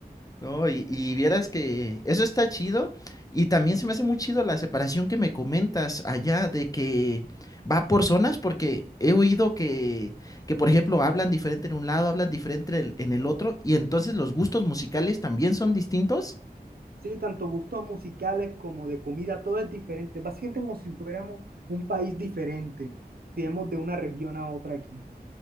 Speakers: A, on the left; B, on the right.
A: No, y, y vieras que eso está chido. Y también se me hace muy chido la separación que me comentas allá de que va por zonas, porque he oído que, que por ejemplo, hablan diferente en un lado, hablan diferente el- en el otro, y entonces los gustos musicales también son distintos.
B: Sí, tanto gustos musicales como de comida, todo es diferente. Básicamente como si fuéramos un país diferente, si vemos de una región a otra aquí.